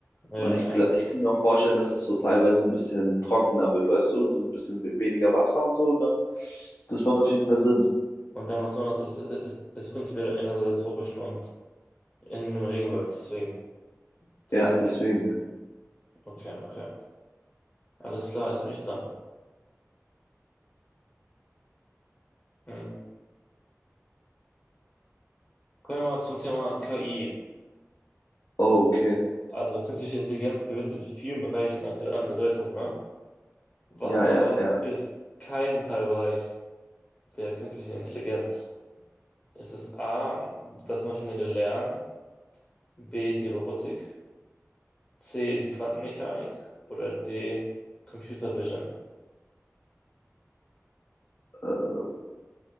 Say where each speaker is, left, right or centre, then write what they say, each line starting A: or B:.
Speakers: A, on the left (about 25°); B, on the left (about 85°).
A: Ja,
B: Und ich,
A: ja.
B: gl- ich kann mir auch vorstellen, dass es so teilweise ein bisschen trockener wird, weißt du, und so ein bisschen we- weniger Wasser und so. Und dann, das macht auf jeden Fall Sinn.
A: Und der Amazonas ist, ist, ist prinzipiell in der tropischen und in einem Regenwald, deswegen, das
B: Ja,
A: macht Sinn.
B: deswegen.
A: Okay, okay. Alles klar, jetzt bin ich dran. Hm. Kommen wir mal zum Thema KI.
B: Oh, okay.
A: Also künstliche Intelligenz gewinnt in vielen Bereichen aktuell an Bedeutung, ne? Was
B: Ja,
A: aber
B: ja, ja.
A: ist kein Teilbereich der künstlichen Intelligenz? Es ist A, das maschinelle Lernen, B, die Robotik, C, die Quantenmechanik oder D, Computer Vision.
B: Äh,